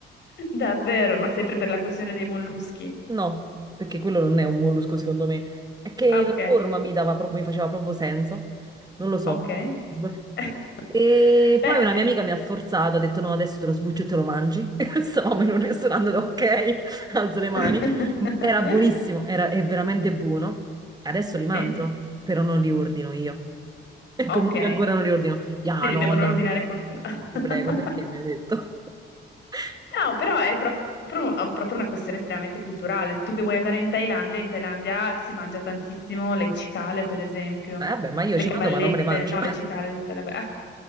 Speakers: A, on the left; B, on the right.
A: Davvero, ma sempre
B: Sì.
A: per la questione dei molluschi.
B: No, perché quello non è un mollusco secondo me. È che
A: Ah, ok,
B: la forma mi dava proprio, mi faceva proprio senso. Non lo so.
A: ok.
B: Sb-
A: <laughs>
B: E
A: Beh.
B: poi una mia amica mi ha forzato, ha detto no, adesso te lo sbuccio e te lo mangi. <laughs> E Stavamo in un ristorante, ho detto, ok, <laughs> alzo le mani.
A: <laughs>
B: Era buonissimo, era, è veramente buono. Adesso li mangio,
A: Sì.
B: però non li ordino io. E
A: Ok,
B: comunque ancora non li ordino. Ya,
A: te li
B: no,
A: devono
B: dai,
A: ordinare qualcuno. <laughs>
B: ti prego, perché mi hai detto? <laughs>
A: No, però è pro- proprio, proprio una questione estremamente culturale. Tu che vuoi andare in Thailandia, in Thailandia si mangia tantissimo le cicale, per esempio.
B: Eh, Vabbè, ma io
A: Le
B: ci
A: cavallette,
B: vado, ma non me le mangio.
A: no, le cicale. sarebbe- <laughs>